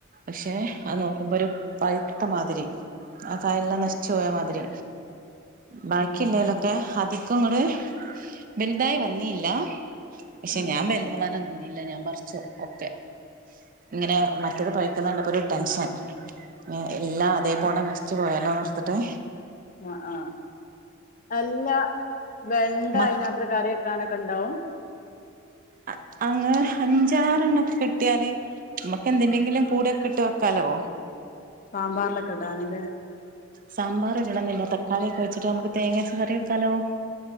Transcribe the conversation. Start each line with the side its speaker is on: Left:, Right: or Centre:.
Right: പക്ഷെ അത് നോക്കുമ്പോ ഒരു പഴുത്തമാതിരി ആ കായെല്ലാം
Left: ഉം
Right: നശിച്ചു പോയ മാതിരി ബാക്കി
Left: ഉം
Right: ഇല്ലേലൊക്കെ
Left: ഉം
Right: അധികം ഇങ്ങട് വലുതായി വന്നിയില്ല പക്ഷെ
Left: ഉം
Right: ഞാൻ വലുതാവനൊന്നും നിന്നില്ല ഞാൻ പറിച്ചു ഒക്കെ ഇങ്ങനെ മറ്റേത് പഴുത്തത് കണ്ടപ്പോ ഒരു ടെൻഷൻ എല്ലാം അതേപോണെ നശിച്ചു പോയല്ലോന്ന് ഓർത്തിട്ട്
Left: ആഹ് ആഹ് അല്ല വെണ്ട
Right: മ
Left: അതിനാത്രം കറി വെക്കാനൊക്കെ ഇണ്ടാവും?
Right: അഹ് അങ്ങനെ അഞ്ചാറ് എണ്ണക്കൊ കിട്ടിയാല് നമ്മക്ക് എന്തിന്റെങ്കിലും കൂടെയൊക്കെ ഇട്ട് വെക്കാലോ?
Left: സാമ്പാറിലൊക്കെ ഇടാന്ല്ലേ?
Right: സാമ്പാറ് ഇടണം എന്നില്ല തക്കാളി ഒക്കെ വച്ചിട്ട് നമുക്ക് തേങ്ങരച്ച കറി വെക്കാലോ